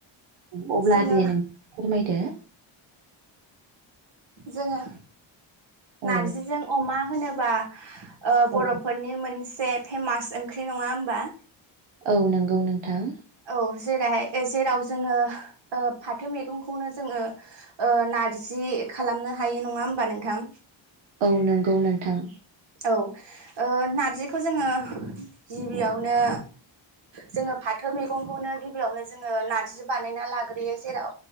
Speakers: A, on the right; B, on the right.
A: औ अब्ला
B: जोङो
A: दे नों फोरमायदो।
B: जोङो
A: औ
B: नारजिजों अमा होनोबा ओ
A: औ
B: बर'फ फोरनि मोनसे फेमास ओंख्रि। नङा होमबा?
A: औ नोंगौ नोंथां।
B: औ जेराहाय ए जेराव जोङो ओ फाथो मैगंखौनो जोङो ओ ना नारजि खालामनो हायो नङा होमबा नोंथां?
A: औ नोंगौ नोंथां।
B: औ ओ नारजिखौ जोङो गिबियावनो जोङो फाथो मैगंखौनो गिबियावनो जोङो नारजि बानायना लाग्रोयो जेराव